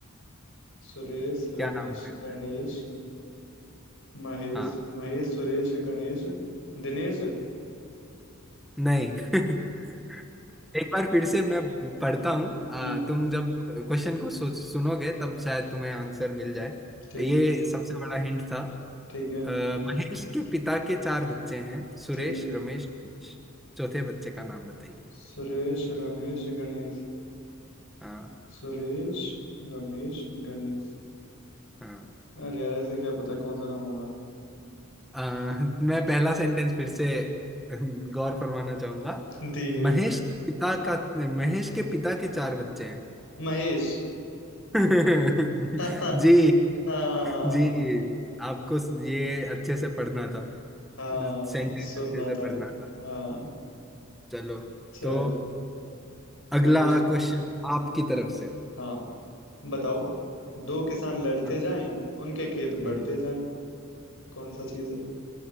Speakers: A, on the left; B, in the centre.
A: सुरेश
B: क्या
A: रमेश
B: नाम हो सकता
A: गणेश
B: है
A: महेश
B: हाँ
A: महेश सुरेश गणेश दिनेश <laughs>
B: नहीं <laughs> एक बार फिर से मैं पढ़ता हूँ आ,
A: हम्म
B: तुम जब क्वेश्चन को सु, सुनोगे तब शायद तुम्हें आंसर मिल जाए
A: ठीक
B: ये
A: है
B: सबसे बड़ा हिंट था
A: ठीक है
B: अ, महेश के पिता के चार बच्चे हैं सुरेश
A: ठीक है
B: रमेश मनीष चौथे बच्चे का नाम बताइए
A: सुरेश रमेश गणेश
B: हाँ
A: सुरेश रमेश गणेश
B: हाँ
A: अरे यार ऐसे क्या पता कौन सा नाम होगा
B: अ, मैं पहला सेंटेंस फिर से गौर फरमाना चाहूंगा
A: ठीक है
B: महेश के पिता का महेश के पिता के चार बच्चे हैं
A: महेश
B: <laughs>
A: <laughs> हाँ
B: जी
A: हाँ
B: जी आपको ये अच्छे से पढ़ना था
A: हाँ
B: सेंटेंस
A: सुनना
B: अच्छे से
A: था
B: पढ़ना था
A: हाँ
B: चलो
A: चलो
B: तो अगला
A: मैं पूछता
B: क्वेश्चन आपकी तरफ से
A: हूँ। हाँ बताओ दो किसान लड़ते
B: हाँ,
A: जाएं उनके खेत बढ़ते
B: हम्म
A: जाएं कौन सा चीज है